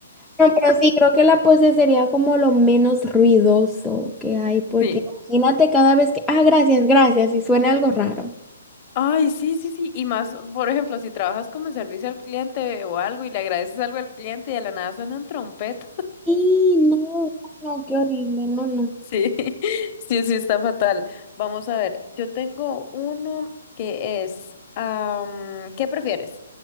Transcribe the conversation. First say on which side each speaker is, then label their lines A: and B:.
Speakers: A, in the centre; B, on the left.
A: No, pero sí, creo que la pose sería como lo menos ruidoso que hay, porque
B: Sí.
A: imagínate cada vez que, ah, gracias, gracias, y suena algo raro.
B: Ay, sí, sí, sí. Y más, por ejemplo, si trabajas como en servicio al cliente o algo y le agradeces algo al cliente y de la nada suenan trompetas.
A: Y no, no, qué horrible, no, no.
B: Sí, <laughs> sí, sí, está fatal. Vamos a ver, yo tengo uno que es, am, ¿qué prefieres?